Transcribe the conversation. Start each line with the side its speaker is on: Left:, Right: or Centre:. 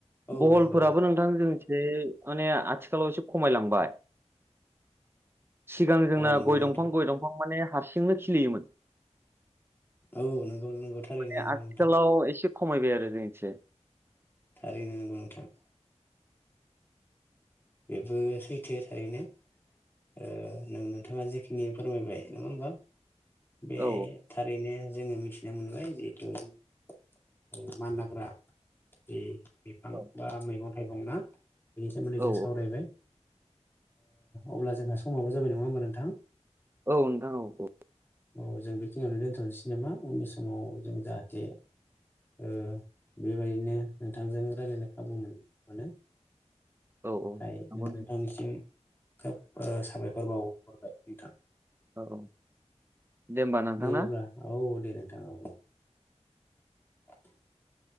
Left: औ
Right: बहलफोराबो
Left: नंगौ
Right: नोंथां जोंनि बे माने आथिखालाव एसे खमायलांबाय। सिगां जोंना
Left: औ नंगौ
Right: गय
Left: नोंथां
Right: दंफां गय दंफां माने हारसिंनो खिलियोमोन।
Left: औ नोंगौ नोंगौ थारैनो
Right: माने
Left: नंगौ
Right: आथिखालाव
Left: नोंथां।
Right: एसे खमायबाय आरो जोंनिथिंजाय।
Left: थारैनो नोंगौ नोंथां। बेबो सैथो थारैनो। ओ नों-नोंथाङा जेखिनि फोरमायबाय नङा होमबा। बे
Right: औ
Left: थारैनो जोङो मिथिनो मोनबाय जिहेतु <inaudible> ओ मान हाग्रा जि बिफां
Right: औ
Left: बा मैगं थाइगं ना। बेसो मुलि
Right: औ
Left: जास ओ अब्ला जोंहा समावो जाबाय नङा होमबा नोंथां?
Right: औ नोंथां औ औ
Left: औ जों बेखिनियावनो दोनथ'नोसै नामा उननि समाव जों जाहाथे ओ बेबायदिनो नोंथांजों रायजलायनो खाबु मोन मोनो
Right: औ औ
Left: जों
Right: नंगौ नोंथां
Left: नोंथांनिसिम खोब साबायखर बावहरबाय नोंथां
Right: औ औ होमबा नोंथां
Left: <inaudible> दे अब्ला
Right: ना
Left: औ औ दे नोंथां औ औ <unintelligible>